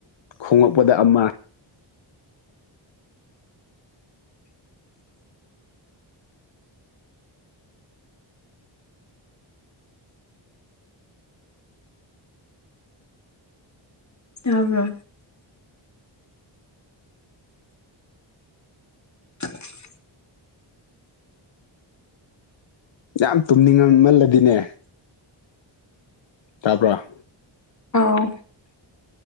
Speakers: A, on the left (about 65°); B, on the left (about 35°).
A: ꯈꯣꯉꯛꯄꯗ ꯑꯃ
B: ꯇꯥꯕ꯭ꯔꯣ <inaudible>
A: ꯌꯥꯝ ꯇꯨꯝꯅꯤꯡꯉꯝꯃꯜꯂꯗꯤꯅꯦ ꯇꯥꯕ꯭ꯔꯥ
B: ꯑꯥꯎ